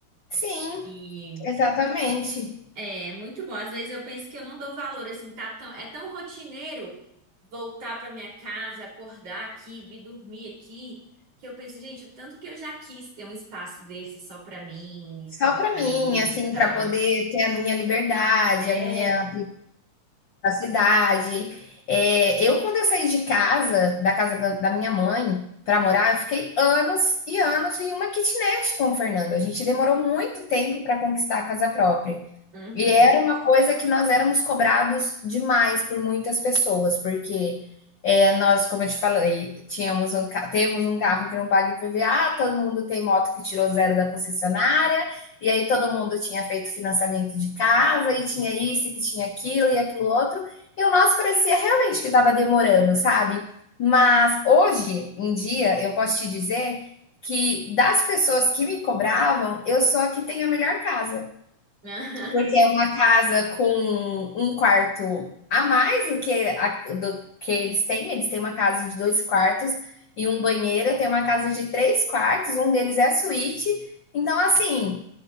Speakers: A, on the left (about 75°); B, on the right (about 55°).
A: Sim,
B: E
A: exatamente.
B: É, muito bom. Às vezes eu penso que eu não dou valor, assim, tá tão, é tão rotineiro voltar pra minha casa, acordar aqui, vir dormir aqui, que eu penso, gente, o tanto que eu já quis ter um espaço desse só pra mim,
A: Só
B: pro meu
A: pra
B: marido
A: mim, assim,
B: e tal.
A: pra poder ter a minha liberdade,
B: É,
A: a minha privacidade. Eh, eu quando eu saí de casa, da casa da da minha mãe, pra morar, eu fiquei anos e anos em uma kitnet com o Fernando, a gente demorou muito tempo pra conquistar a casa própria.
B: uhum.
A: E era uma coisa que nós éramos cobrados demais por muitas pessoas, porque é, nós, como eu te falei, tínhamos um, temos um carro que não paga IPVA, todo mundo tem moto que tirou zero da concessionária, e aí todo mundo tinha feito financiamento de casa, e tinha isso, e que tinha aquilo, e aquilo outro, e o nosso parecia realmente que estava demorando, sabe? Mas hoje em dia, eu posso te dizer que das pessoas que me cobravam, eu sou a que tem a melhor casa.
B: <laughs>
A: Porque é uma casa com um quarto a mais do que, a- do que eles têm. Eles têm uma casa de dois quartos e um banheiro. Eu tenho uma casa de três quartos, um deles é a suíte. Então, assim,